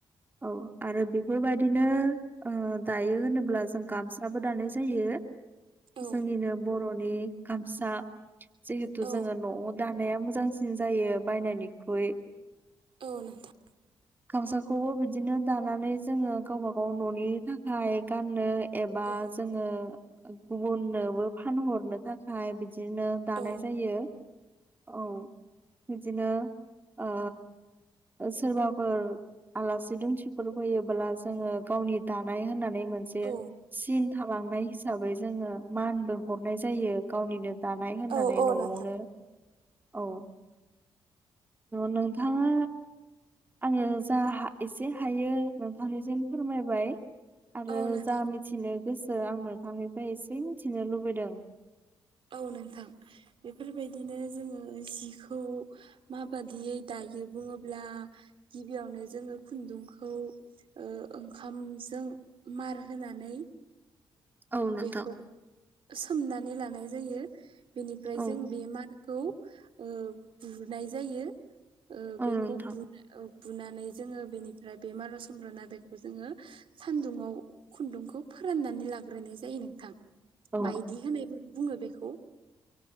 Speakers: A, on the right; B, on the right.
A: औ आरो बेफोरबायदिनो दायो होनोब्ला जों गामसाबो दानाय जायो
B: औ
A: जोंनिनो बर' मानि गामसा जेहेतु
B: औ
A: जोङो न'आव दानाया मोजांसिन जायो बायनायनिख्रुइ
B: औ नोंथां
A: गामसाखौबो बिदिनो दानानै जोङो गावबा गाव न'नि थाखाय गाननो एबा
B: औ
A: जोङो गुबुननोबो फानहरनो थाखाय बिदिनो दानाय
B: औ
A: जायो औ बिदिनो ओ सोरबाफोर आलासि दुमसिफोर होयोबोला जोङो गावनि दानाय होननानै मोन मोनसे
B: औ
A: सिन थालांनाय हिसाबै जोङो मानबो हरनाय जायो गावनिनो दानाय होननानै
B: औ औ
A: न'आवनो
B: नोंथां
A: औ नोंथाङा आङो जा एसे हायो नोंथांनिसिम फोरमायबाय आरो
B: औ नोंथां
A: जा मिथिनो गोसो आं नोंथांनिफ्राय एसे मिथिनो लुबैदों
B: औ नोंथां बेफोरबायदिनो जोङो जिखौ खौ माबादियै दायो बुङोब्ला गिबियावनो जोङो खुन्दुंखौ ओंखामजों मार होनानै
A: औ नोंथां
B: बेखौ सोमनानै लानाय जायो बेनिफ्राय
A: औ
B: जों बे मार खौ बुनाय जायो
A: औ
B: बेखौ
A: नोंथां।
B: बु बुनानै जोङो बेनिफ्राय बे मार आव सोमब्र'ना बेखौ जोङो सान्दुङाव खुन्दुंखौ फोराननानै लाग्रोनाय जायो नोंथां
A: औ
B: मायदि होननाय बुङो बेखौ